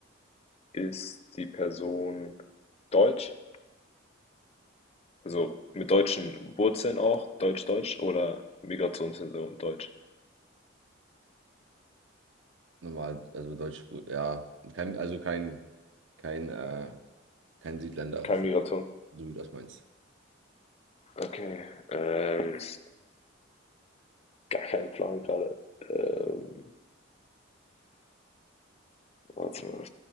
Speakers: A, on the left; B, on the right.
A: ist die Person deutsch? Also mit deutschen Wurzeln auch? Deutsch-Deutsch oder Migrationshintergrund deutsch?
B: Normal, also Deutsch, ja. Kein, also kein, kein, äh, kein Südländer,
A: Keine
B: so
A: Migration.
B: wie du das meinst.
A: Okay. Ähm, gar keinen Plan gerade. Ähm, warte mal.